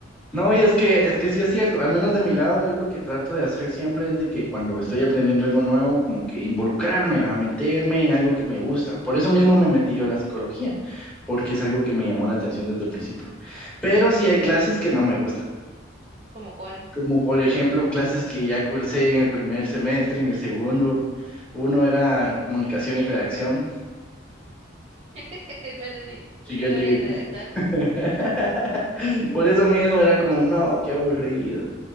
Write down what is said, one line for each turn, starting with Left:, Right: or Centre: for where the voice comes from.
Centre: No, y es que, es que sí es cierto, al menos de mi lado, yo lo que trato de hacer siempre es de que cuando estoy aprendiendo algo nuevo, como que involucrarme, a meterme en algo que me gusta. Por eso mismo me metí yo a la psicología, porque es algo que me llamó la atención desde el principio. Pero sí hay clases que no me gustan,
Right: como cuál?
Centre: como por ejemplo clases que ya cursé en el primer semestre, en el segundo. Uno era comunicación y redacción,
Right: <laughs> Perdí.
Centre: siguiente.
Right: Solo era de redactar.
Centre: <laughs> Por eso mismo era como, no, qué aburrido.